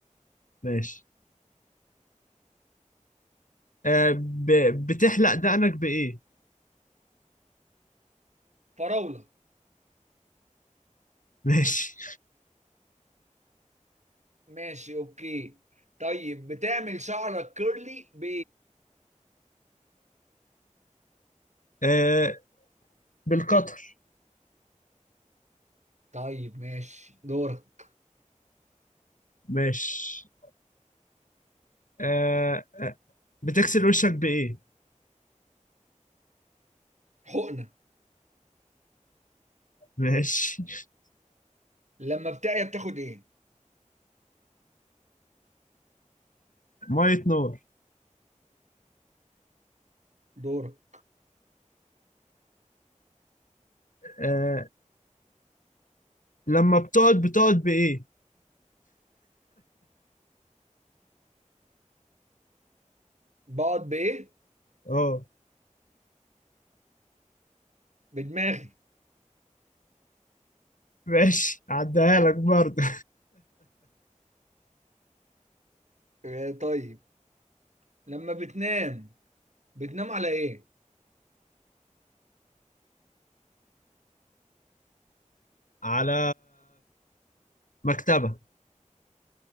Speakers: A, on the left; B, on the right.
A: ماشي آه ب... بتحلق دقنك بإيه؟
B: فراولة
A: <laughs> ماشي
B: ماشي اوكي طيب بتعمل شعرك كيرلي ب
A: آه بالقطر
B: طيب ماشي دورك
A: ماشي آه آه، بتغسل وشك بإيه؟
B: حقنة
A: ماشي <laughs>
B: لما بتعيا بتاخد ايه
A: مية نور
B: دورك
A: آه لما بتقعد بتقعد بإيه؟
B: بقعد بايه
A: اه
B: بدماغي
A: ماشي عديها لك برضه
B: آه طيب لما بتنام بتنام على ايه
A: <laughs> على مكتبة